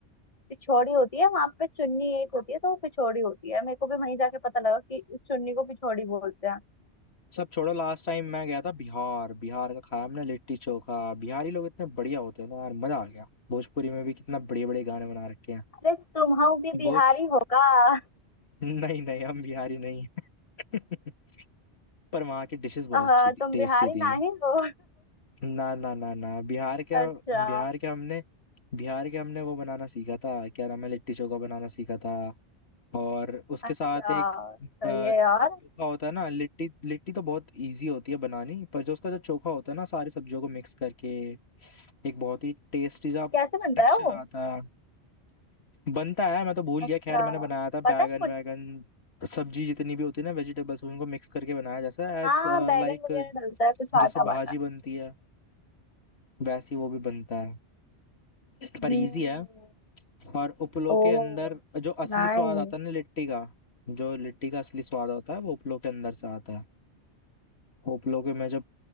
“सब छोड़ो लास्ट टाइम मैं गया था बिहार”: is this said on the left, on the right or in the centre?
Left